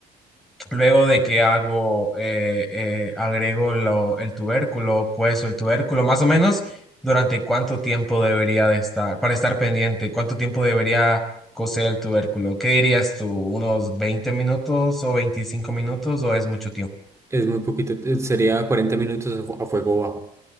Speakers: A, in the centre; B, on the right (about 15°).
A: Luego de que hago, eh, eh, agrego lo- el tubérculo, cuezo el tubérculo, más o menos durante cuánto tiempo debería de estar, para estar pendiente, cuánto tiempo debería cocer el tubérculo. ¿Qué dirías tú? ¿Unos 20 minutos o 25 minutos o es mucho tiempo?
B: Es muy poquito, eh, sería 40 minutos a fu- a fuego bajo.